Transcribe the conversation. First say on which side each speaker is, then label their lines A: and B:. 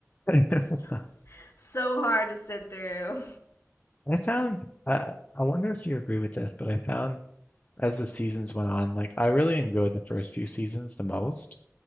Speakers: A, on the left; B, on the left.
A: <laughs>
B: <laughs> so hard to sit through.
A: I found I I wonder if you agree with this, but I found as the seasons went on, like I really enjoyed the first few seasons the most.